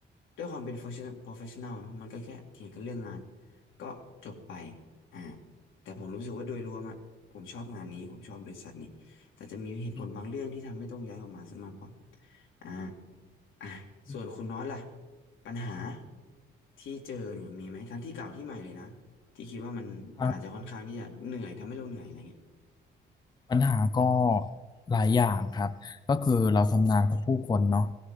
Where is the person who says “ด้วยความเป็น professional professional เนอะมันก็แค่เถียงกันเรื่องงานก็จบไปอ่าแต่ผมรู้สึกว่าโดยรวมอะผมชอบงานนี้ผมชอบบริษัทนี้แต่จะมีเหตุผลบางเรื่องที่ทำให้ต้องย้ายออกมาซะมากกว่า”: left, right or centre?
Left